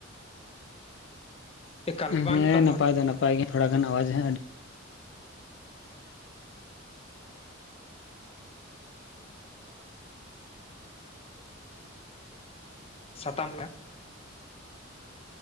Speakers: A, on the left; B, on the left.
A: ᱮᱠᱟᱞ ᱜᱮ ᱵᱟᱝ
B: ᱦᱮᱸ
A: ᱟᱸᱡᱚᱢᱚᱜ ᱠᱟᱱ
B: ᱱᱟᱯᱟᱭ
A: ᱨᱚᱲ
B: ᱫᱚ ᱱᱟᱯᱟᱭ ᱱᱟᱯᱟᱭ ᱜᱮ ᱛᱷᱚᱲᱟ ᱜᱟᱱ ᱟᱣᱟᱡ <inaudible>
A: ᱥᱟᱛᱟᱢ ᱨᱮᱭᱟᱜ